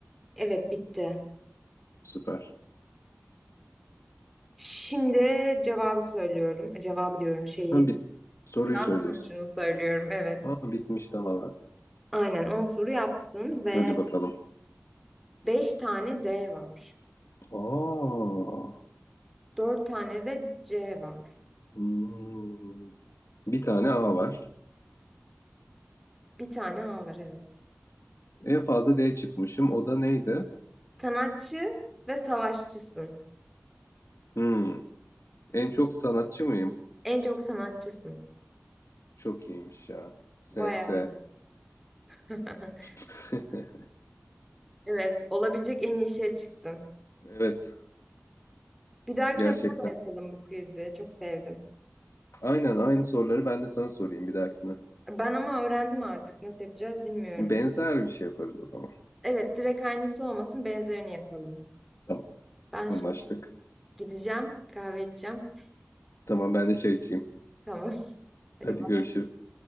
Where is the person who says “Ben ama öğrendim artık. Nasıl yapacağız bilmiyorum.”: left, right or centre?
Centre